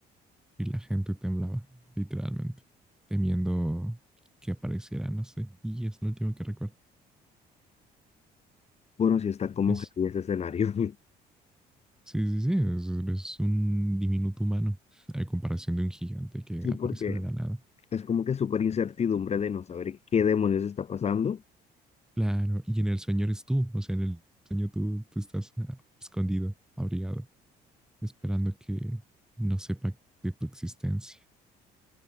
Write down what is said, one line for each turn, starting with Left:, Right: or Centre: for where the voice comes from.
Centre: y la gente temblaba, literalmente, temiendo que apareciera, no sé. Y es lo último que recuerdo.
Left: Bueno, sí está como
Centre: Es
Left: heavy ese escenario. <laughs>
Centre: Sí, sí, sí, es, es un diminuto humano a comparación de un gigante que
Left: Sí,
Centre: aparece
Left: porque
Centre: de la nada.
Left: es como que súper incertidumbre de no saber qué demonios está pasando.
Centre: Claro, y en el sueño eres tú, o sea, en el sueño tú, tú estás ah, escondido, abrigado, esperando que no sepa de tu existencia.